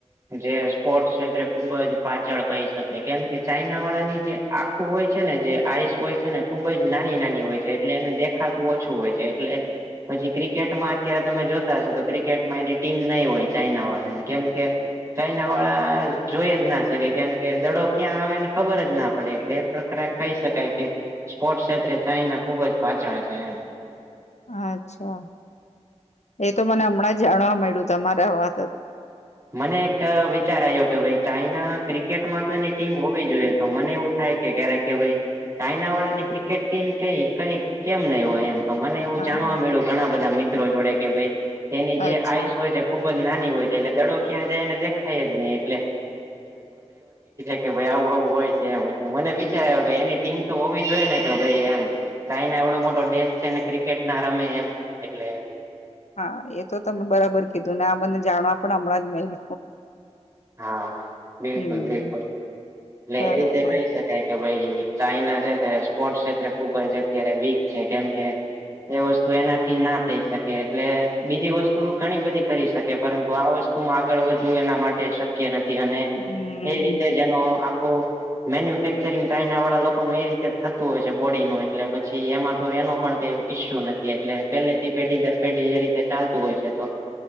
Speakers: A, on the right; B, on the left.
A: જે સ્પોર્ટ્સ ક્ષેત્રે ખુબ જ પાછળ કહી શકાય કેમ કે ચાઈના વાળાની જે આ ખું હોય છે ને જે આયીસ હોય છે ને ખુબ જ નાની નાની હોય છે એટલે એને દેખાતું ઓછું હોય છે એટલે પછી ક્રિકેટમાં ક્યારે તમે જોતા હશો તો ક્રિકેટમાં એની ટીમ નહીં હોય ચાઈના વાળાની કેમ કે ચાઈના વાળા જોઈ જ ના શકે કેમ કે દડો ક્યાં આવેને ખબર જ ના પડે એટલે કહી શકાય કે સ્પોર્ટસ ક્ષેત્રે ચાઈના ખુબ જ પાછળ છે એમ
B: અચ્છા એતો મને હમણાં જાણવા મળ્યું તમારા વા
A: મને એક વિચાર આવ્યો કે ભાઈ ચાઈના ક્રિકેટમાં તો એની ટીમ હોવી જોઈએ તો મને એવું થાય કે ક્યારેક કે ભાઈ ચાઈના વાળા ની ક્રિકેટ ટીમ કઈ કઈ કેમ નહી હોય એમ તો મને એવું
B: હા
A: જાણવા મળ્યું ઘણા બધા મિત્રો જોડે કે ભાઈ એની જે
B: અચ્છા
A: આયુસ હોય છે ખુબ જ નાની હોય છે એટલે દડો ક્યાં જાયને દેખાય જ નહી એટલે <unintelligible> કે ભાઈ આવું આવું હોય છે એમ એટલે મને વિચાર એની ટીમ તો હોવી જ હોઈએ ને કે ભાઈ એમ ચાઈના એવડો મોટો દેશ છેને ક્રિકેટ ના રમે એમ એટલે
B: હા એ તો તમે બરાબર કીધું ને આ બને જાણવા પણ હમણાં જ મયલુ
A: હા બિલકુલ
B: હમ
A: બિલકુલ એટલે
B: બરાબર
A: એ રીતે કઈ કે ભાઈ ચાઈના છે તે સ્પોર્ટસ ક્ષેત્રે ખુબ જ અત્યારે વીક છે કેમકે એ વસ્તુ એનાથી ના થઈ શકે એટલે બીજી વસ્તુ ઘણી બધી કરી શકે પરંતુ આ વસ્તુ આગળ વધવું એના માટે શક્ય નથી અને
B: હમ
A: એ રીતે જેનો આખો
B: <inaudible>
A: મેન્યુફેક્ચરિંગ ચાઇના વાળા લોકોનું એ રીતે જ થતું હોય છે બોડીનુંું એટલે પછી એમાં તો એનો પણ કઈ ઈ્યુ નથી એટલે પેલેથી પેઢી દર પેઢી એ રીતે ચાલતું હોય છે તો